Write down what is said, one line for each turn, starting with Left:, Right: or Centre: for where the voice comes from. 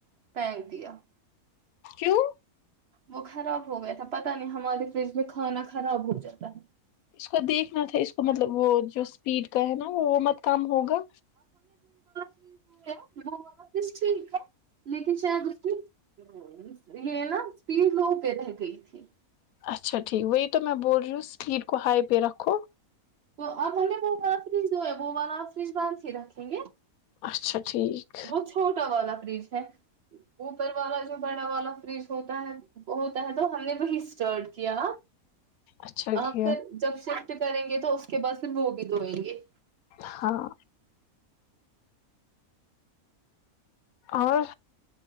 Right: پھینک دیا
Left: کیوں
Right: وہ خراب ہو گیا تھا پت نہیں ہماری فریج میں کھانا خراب ہو جاتا
Left: اس کو دیکھنا تھا اس کو مطلب وہ جو اسپیڈ کہ نا وہ وہ مت کام ہوگا
Right: ما کس ٹھیک ہے لیکن شاید اس کی یہ نا اسپیڈ لو پہ رہ گئی تھی
Left: اچھا ٹھیک وہی تو میں بول رہی ہوں اسپیڈ کو ہائی پہ رکھو
Right: تو آپ ہم نے وہ ون آ فریج جو ہے وہ ون آر فریج بند ہی رکھیں گے
Left: اچھا ٹھیک
Right: وہ چھوٹا والا فریج ہے اوپر والا جو بڑا والا فریج ہوتا ہے ہوتا ہے تو ہم نے وہی اسٹارٹ کیا
Left: اچھا
Right: آ
Left: کیا
Right: پھر جب سے کریں گے تو اس کہ بس وہوگ دوئےیں گی
Left: ہاں اور